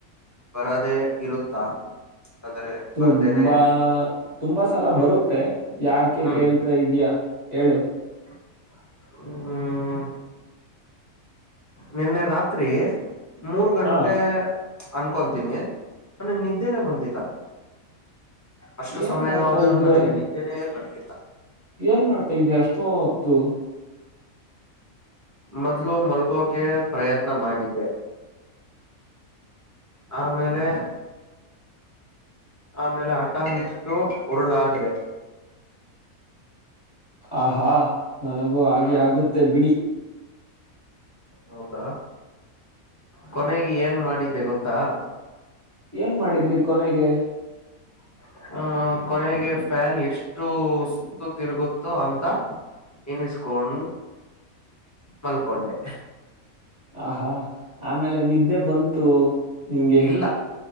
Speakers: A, on the left; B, on the right.
A: ಬರದೇ ಇರುತ್ತಾ. ಆದ್ರೆ
B: ತುಂಬಾ
A: ಬರ್ದೇನೆ
B: ತುಂಬಾ ಸ ಎಲ್ಲ
A: ಹ್ಮ್
B: ಬರುತ್ತೆ ಯಾಕೆ
A: ಹ್ಮ್
B: ಕೇಳ್ತಾ ಇದ್ಯಾ ಹೇಳು.
A: ಹ್ಮ್ ನಿನ್ನೆ ರಾತ್ರಿ ಮೂರು ಗಂಟೆ
B: ಆ
A: ಅನ್ಕೊತೀನಿ ನನಿಗೆ ನಿದ್ದೇನೆ ಬಂದಿಲ್ಲ. ಅಷ್ಟು
B: ಏನ್
A: ಸಮಯವಾದರೂ
B: ಮಾಡ್ತಾ ಇದ್ದೆ
A: ನನಗೆ ನಿದ್ದೆೇನೇ ಬರ್ಲಿಲ್ಲ.
B: ಏನ್ ಮಾಡ್ತಾ ಇದ್ದೆ ಅಷ್ಟೊತ್ತು
A: ಮೊದ್ಲು ಮಲ್ಗೋಕೆ ಪ್ರಯತ್ನ ಮಾಡಿದ್ದೆ ಆಮೇಲೆ ಆಮೇಲೆ ಹಠ ಇಟ್ಟು ಉರುಳು ಆಡಿದೆ
B: ಆಹಾ ನನಗೂ ಹಾಗೆ
A: ಹ್ಮ್
B: ಆಗುತ್ತೆ ಬಿಡಿ.
A: ಹೌದಾ ಕೊನೆಗೆ ಏನ್ ಮಾಡಿದ್ದೆ ಗೊತ್ತಾ
B: ಏನ್ ಮಾಡಿದ್ರಿ ಕೊನೆಗೆ
A: <inaudible> ಆಹ ಕೊನೆಗೆ ಫ್ಯಾನ್ ಎಷ್ಟು ಸುತ್ತು ತಿರುಗುತ್ತೋ ಅಂತ ನೆನಿಸ್ಕೊಂಡು ಮಲ್ಕೊಂಡೆ
B: ಆಹಾ ಆಮೇಲೆ ನಿದ್ದೆ ಬಂತು ನಿಮ್ಗೆ
A: ಇಲ್ಲ